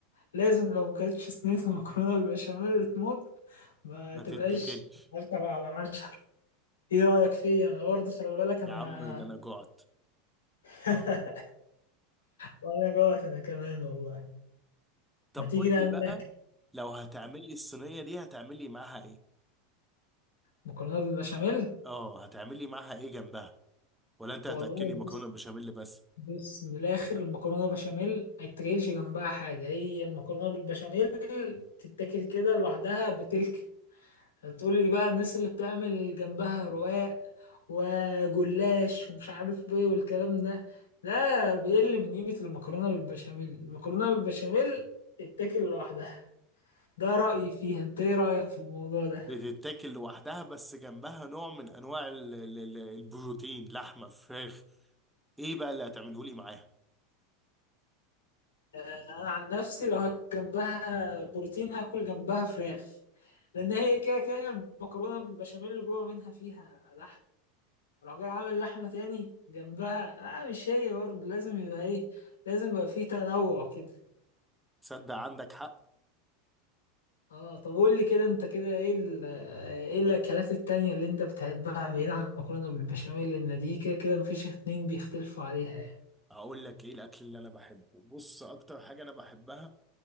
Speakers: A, on the left; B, in the centre.
A: لازم لو ما كانتش صينية المكرونة بالبشاميل اللي تموت ما
B: ما
A: تبقاش
B: تتاكلش
A: عشرة على عشرة ايه رأيك فيا انا برضه خلي بالك انا
B: يا عم ده انا جعت
A: <laughs> وانا جوعت انا كمان والله
B: طب
A: ما تيجي
B: قول
A: نعمل
B: لي بقى
A: اكل
B: لو هتعملي الصينية دي هتعملي معاها ايه
A: مكرونة بالبشاميل
B: اه هتعملي معاها ايه جنبها ولا انت
A: والله
B: هتاكلي مكرونة
A: بص
B: بشاميل بس
A: بص من الاخر المكرونة بالبشاميل ما تتاكلش جنبها حاجة هي المكرونة بالبشاميل تتاكل كده لوحدها بتلك هتقول لي بقى الناس اللي بتعمل جنبها رقاق وجلاش ومش عارف ايه والكلام ده ده بيقل من قيمة المكرونة بالبشاميل المكرونة بالبشاميل تتاكل لوحدها ده رأيي فيها انت ايه رأيك في الموضوع ده
B: بتتاكل لوحدها بس جنبها نوع من انواع ال- ال- ال- البروتين لحمة فراخ ايه بقى اللي هتعمله لي معاها
A: انا عن نفسي لو هاكل جنبها بروتين هاكل جنبها فراخ لان هي كده كده المكرونة بالبشاميل اللي جوه منها فيها لحم راح جاي عامل لحمة تاني جنبها اه مش هي برضه لازم يبقى ايه لازم يبقى فيه تنوع كده
B: تصدق عندك حق
A: اه طب قول لي كده انت كده ايه ال- ايه الاكلات التانية اللي انت بتحبها بعيد عن المكرونة بالبشاميل لان دي كده كده مفيش اتنين بيختلفوا عليها يعني
B: هقول لك ايه الاكل اللي انا بحبه بص اكتر حاجه انا بحبها